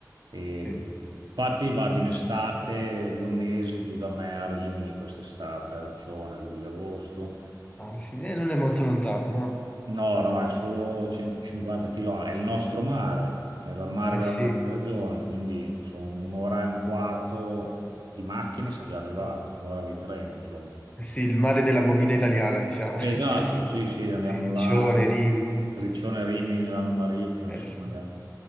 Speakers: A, on the right; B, on the left.
A: E,
B: Sì,
A: infatti vado in estate, due mesi giù da me a Rimini quest'estate, a Riccione, luglio-agosto.
B: ah, sì. E non è molto lontano, no?
A: No, no, è solo 150 km, è il nostro mare, è il mare
B: Eh
A: della
B: sì,
A: nostra regione, quindi sono un'ora e un quarto di macchine sei già arrivato, un'ora di treno, insomma.
B: Eh sì, il mare della movida italiana, diciamo.
A: Esatto,
B: <laughs>
A: sì, sì, andiamo
B: Riccione,
A: là,
B: Rimini.
A: Riccione, Rimini, Milano Marittimo,
B: Eh
A: insomma,
B: sì.
A: andiamo,